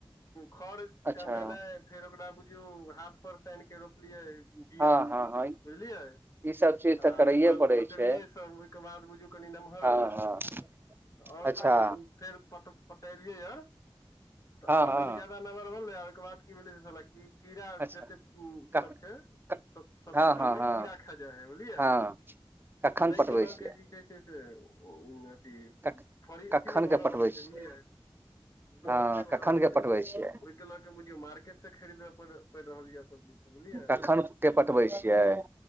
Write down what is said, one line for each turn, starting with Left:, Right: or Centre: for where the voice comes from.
Left: खर
Right: अच्छा
Left: कमेनाइ फेर ओकरा बुझियौ हाट पर स आनिके रोपलियै बिया
Right: हँ हँ हँ
Left: बुझलियै आ
Right: ई सब चीज तऽ करैये
Left: ओहिके बाद
Right: पड़ै
Left: पटेलियै
Right: छै
Left: सब ओहिके बाद बुझियौ कनि नम्हर
Right: हँ
Left: भेलै
Right: हँ
Left: ओर
Right: अच्छा
Left: कनि फेर पट पटेलियै य तऽ
Right: हँ
Left: और
Right: हँ
Left: कनि ज्यादा नम्हर भेललै आ ओहिके बाद की भेलै से साला की कीड़ा
Right: अच्छा
Left: सेते
Right: क
Left: सब छै
Right: क
Left: सब्जी
Right: हँ
Left: सबमे
Right: हँ हँ
Left: कीड़ा खा जाइ है बुझलियै
Right: हँ कखन
Left: ताहिके
Right: पटबै
Left: लऽ
Right: छियै
Left: के की कहै छै से अथी
Right: कख
Left: फड़ी
Right: कखन
Left: अथी नहि भऽ
Right: के
Left: रहल
Right: पठबै
Left: छै
Right: छी
Left: बुझलियै नमहर
Right: हँ
Left: नहि भऽ
Right: कखन
Left: रहल
Right: के
Left: छै
Right: पठबै छियै
Left: ओहिके लऽ कऽ बुझियौ मार्केटसँ खरीदय पड़ि रहल यऽ सब्जी सब बुझलियै
Right: कखन के पटबै छीयै